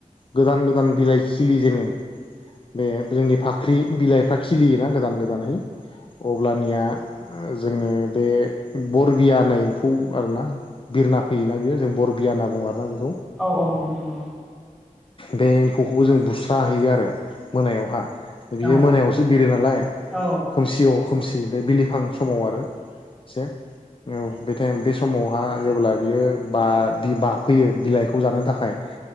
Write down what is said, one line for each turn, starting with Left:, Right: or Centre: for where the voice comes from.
Left: गोदान गोदान बिलाइ खिलि जेनो बे जोंनि फाख्रि बिलाइफ्रा खिलियोना गोदान गोदानहै अब्लानिया जोङो बे बरबिया होननाय एम्फौ आरोना बिरना फैयोना बेयो जों बरबिया होन बुङो आरोना‌।
Centre: औ औ नंगौ
Left: बे एम्फौखौबो जों बुस्राहैयो आरो मोनायावहा बियो
Centre: औ
Left: मोनायावसो बिरो नालाय
Centre: औ
Left: खोमसियाव खोमसि ओमफ्राय बिलिफां समाव आरो। से औ बे टाइम बे समावहा जेब्ला बियो बा बाफैयो बिलाइखौ जानो थाखाय